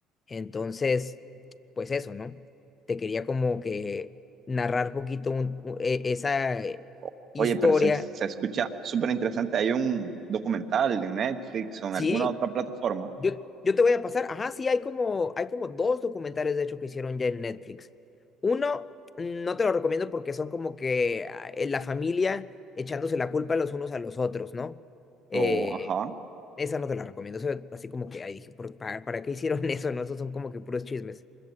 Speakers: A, on the left; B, on the right.
A: Entonces, pues eso, ¿no? Te quería como que narrar poquito un- u- e- esa eh,
B: O-
A: historia.
B: Oye, pero se, se escucha súper interesante. Hay un documental en Netflix o en
A: Sí,
B: alguna otra plataforma.
A: Yo, yo te voy a pasar, ajá, sí, hay como, hay como dos documentales de hecho que hicieron ya en Netflix. Uno, no te lo recomiendo porque son como que ah, eh, la familia echándose la culpa los unos a los otros, ¿no? Eh,
B: O, ajá.
A: esa no te la recomiendo, eso, así como que, ahí dije, "¿Por- para, ¿para qué hicieron <laughs> eso, no? Esos son como que puros chismes.